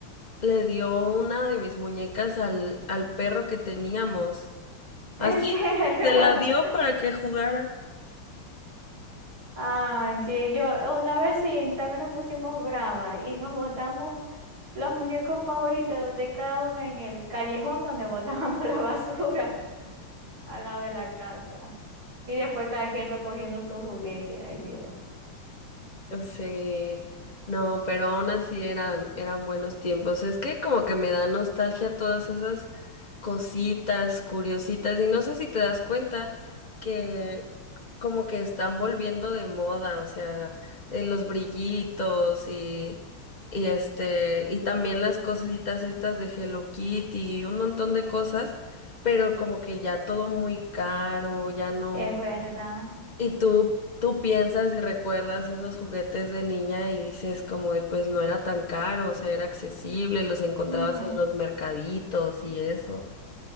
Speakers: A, on the left; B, on the right.
A: le dio una de mis muñecas al al perro que teníamos.
B: ¿En
A: Así
B: serio?
A: se la dio
B: <laughs>
A: para que jugara.
B: Ay, sí, yo una vez sí, también nos pusimos brava y nos botamos los muñecos favoritos de cada una en el callejón donde botábamos <laughs> la basura al lado de la casa. Y después cada quien recogiendo su juguete, ay Dios.
A: Sí, no, pero aún así eran, eran buenos tiempos. Es que como que me da nostalgia todas esas cositas curiositas y no sé si te das cuenta que como que están volviendo de moda, o sea, eh, los brillitos y, y este, y también las cositas estas de Hello Kitty y un montón de cosas, pero como que ya todo muy caro, ya no.
B: Es verdad.
A: Y tú, tú piensas y recuerdas esos juguetes de niña y dices como de pues no era tan caro, o sea, era accesible, los encontrabas
B: Ujú.
A: en los mercaditos y eso.